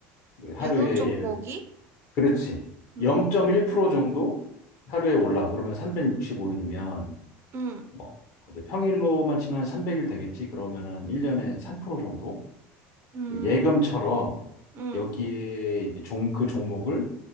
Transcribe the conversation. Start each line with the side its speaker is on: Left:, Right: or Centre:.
Left: 그 하루에
Right: 예금 종목이?
Left: 예를, 그렇지.
Right: 음,
Left: 0.1% 정도 하루에 올라. 그러면 365일이면
Right: 음,
Left: 뭐 근데 평일로만 치면 한 300일 되겠지. 그러면은 1년에 3% 정도?
Right: 음,
Left: 그 예금처럼
Right: 음,
Left: 여기에 이제 종, 그 종목을